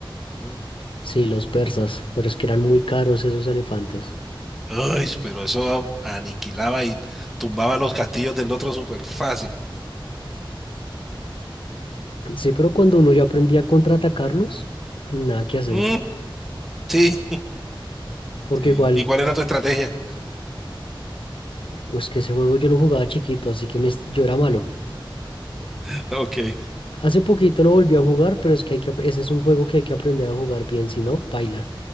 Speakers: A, in the centre; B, on the left.
A: Mm.
B: Sí, los persas, pero es que eran muy caros esos elefantes.
A: Ay, pero eso aniquilaba y tumbaba los castillos del otro súper fácil.
B: Sí, pero cuando uno ya aprendía a contraatacarlos, nada que hacer.
A: Mm, sí,
B: Porque
A: sí.
B: igual,
A: ¿Y cuál era tu estrategia?
B: pues que ese juego yo lo jugaba chiquito, así que me est- yo era malo.
A: <laughs> Ok.
B: Hace poquito lo volví a jugar, pero es que hay que, ap- ese es un juego que hay que aprender a jugar bien, si no, paila.